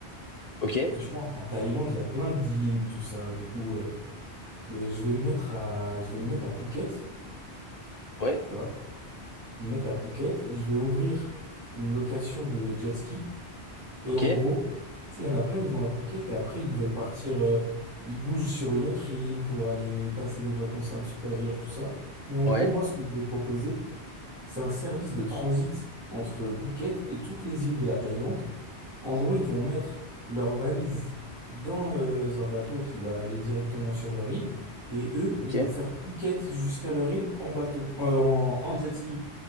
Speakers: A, on the left; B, in the centre.
A: ok,
B: Et tu vois, en Thaïlande, il y a plein d'îles, tout ça. Du coup, euh, euh, je vais me mettre à, je vais me mettre à Phuket,
A: ouais,
B: tu vois. Me mettre à Phuket. Je vais ouvrir une location de jet ski. Et
A: ok,
B: en gros, tu sais, il y en a plein, ils vont à Phuket et après, ils veulent partir, euh, ils bougent sur une autre île pour aller passer des vacances un petit peu ailleurs, tout ça. Et en
A: ouais,
B: gros, moi, ce que je vais proposer, c'est un service de transit entre Phuket et toutes les îles de la Thaïlande. En gros, ils vont mettre leurs valises dans, euh, un bateau qui va aller directement sur leur île et eux, ils
A: ok.
B: vont faire Phuket jusqu'à leur île en bateau, euh, en, en jet ski.